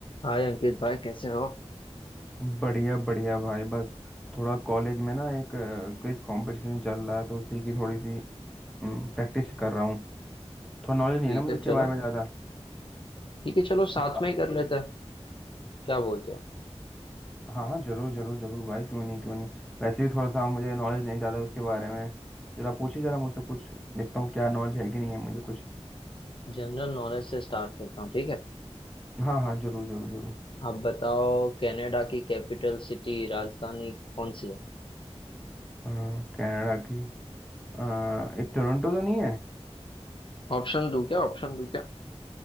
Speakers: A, on the left (about 50°); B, in the centre.
A: हाय अंकित भाई कैसे हो
B: बढ़िया बढ़िया भाई बस थोड़ा कॉलेज में ना एक क्विज कंपटीशन चल रहा है तो उसी की थोड़ी सी प्रैक्टिस कर रहा हूँ थोड़ा नॉलेज नहीं
A: ठीक
B: है ना मुझे
A: है
B: इसके
A: चलो
B: बारे में ज़्यादा
A: ठीक है चलो साथ
B: आप आप
A: में ही
B: भी
A: कर
B: करोगे
A: लेते हैं क्या बोलते हो
B: हाँ हाँ जरूर जरूर जरूर भाई क्यों नहीं क्यों नहीं वैसे भी थोड़ा सा मुझे नॉलेज नहीं ज़्यादा उसके बारे में जरा पूछिए जरा मुझसे कुछ देखता हूँ क्या नॉलेज है कि नहीं है मुझे कुछ
A: जनरल नॉलेज से स्टार्ट करता हूँ ठीक है
B: हाँ हाँ जरूर जरूर जरूर
A: आप बताओ कनाडा की कैपिटल सिटी राजधानी कौन सी है
B: अ, कनाडा की अ, एक टोरंटो तो नहीं है
A: ऑप्शन दूं क्या ऑप्शन दूं क्या